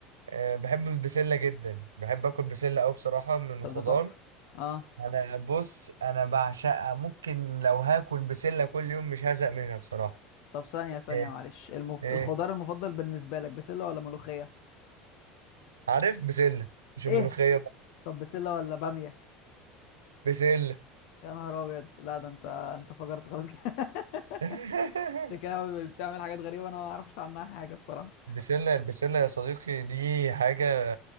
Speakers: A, on the right; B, on the left.
A: آه، بحب البسله جدا بحب اكل بسله قوي بصراحه من
B: طب
A: الخضار
B: ده تحفة اه
A: انا بص انا بعشقها ممكن لو هاكل بسله كل يوم مش هزهق منها بصراحه
B: طب ثانية ثانية
A: ايه
B: معلش المف...
A: إيه؟
B: الخضار المفضل بالنسبة لك بسلة ولا ملوخية
A: عارف بسله مش
B: ايه
A: الملوخيه بقى
B: طب بسلة ولا بامية
A: بسله
B: يا نهار ابيض لا ده انت انت فجرت خلاص كده <laughs>
A: <laughs>
B: انت كده بتعمل حاجات غريبة انا ما اعرفش عنها حاجة الصراحة
A: بسله البسله يا صديقي دي حاجه